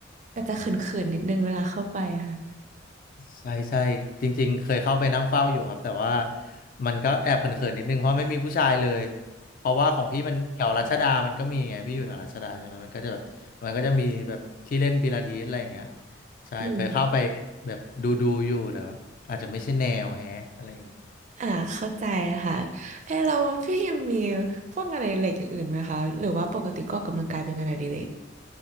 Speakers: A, on the right; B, on the left.
A: แต่จะเขินๆนิดนึงเวลาเข้าไปค่ะ
B: ใช่ใช่จริงๆเคยเข้าไปนั่งเฝ้าอยู่ครับแต่ว่ามันก็แอบเขินๆนิดนึงเพราะไม่มีผู้ชายเลยเพราะว่าของพี่มันแถวรัชดามันก็มีไงพี่อยู่แถวรัชดาใช่ไหมมันก็จะแบบมันก็จะมีแบบที่เล่นปิลาทิสอะไรอย่างเงี้ยใช่เคยเข้าไป
A: อืม
B: แบบดูดูอยู่แต่ว่าอาจจะไม่ใช่แนวแฮะอะไรอย่างเงี้ย
A: อ่าเข้าใจค่ะเอ้ยเราพี่ยังมีพวกงานอดิเรกอย่างอื่นไหมคะหรือว่าปกติก็ออกกำลังกายเป็นงานอดิเรก